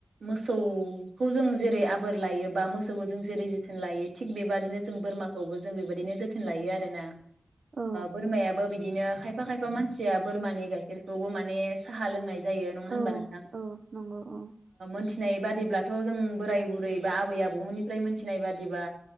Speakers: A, on the right; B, on the right.
A: मोसौखौ जों जेरै आबोर लायो बा मोसौखौ जों जेरै जोथोन लायो थिग बेबादिनो जों बोरमाखौबो जों बेबायदिनो जोथोन लायो आरोना
B: औ
A: बोरमायाबो बिद बिदिनो खायफा खायफा मानसिया बोरमानि गाइखेरखौबो माने साहा लोंनाय जायो नङा होनबा
B: औ
A: नों
B: औ नंगौ औ
A: मोनथिनाय बादिब्लाथ 'जों बोराय बुरै बा आबै आबौमोननिफ्राय मोनथिनाय बादिबा